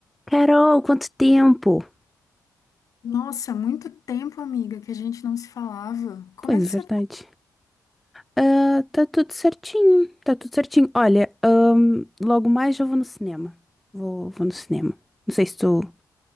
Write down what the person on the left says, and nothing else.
Nossa, muito tempo, amiga, que a gente não se falava. Como
é que
você
tá?